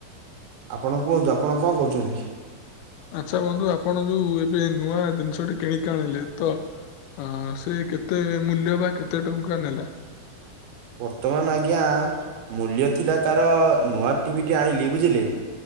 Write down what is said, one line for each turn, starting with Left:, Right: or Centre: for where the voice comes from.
Right: ଆପଣ କୁହନ୍ତୁ, ଆପଣ ଙ୍କ କହୁଚନ୍ତି?
Left: ଆଚ୍ଛା, ବନ୍ଧୁ ଆପଣ ଯଉ ଏବେ ନୂଆ ଦିନ୍‌ଷ ଟି କିଣିକି ଆଣିଲେ। ତ ହଁ, ସେ କେତେ ମୂଲ୍ୟ ବା କେତେ ଟଙ୍କା ନେଲା?
Right: ବର୍ତ୍ତମାନ୍ ଆଜ୍ଞା ମୂଲ୍ୟ ଥିଲା, ତା'ର ନୂଆ ଟିଭି ଟେ ଆଣିଲି ବୁଝିଲେ।